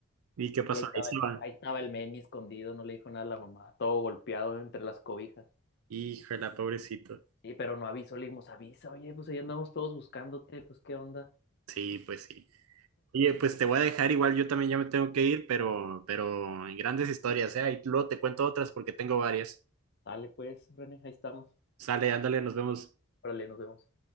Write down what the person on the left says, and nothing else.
Y ahí estaba,
ahí estaba el Manny escondido, no le dijo nada a la mamá, todo golpeado entre las cobijas.
Sí, pero no avisó, le dimos avisa, oye, pues ahí andamos todos buscándote, pues qué onda.
Dale, pues, René, ahí estamos.
Órale, nos vemos.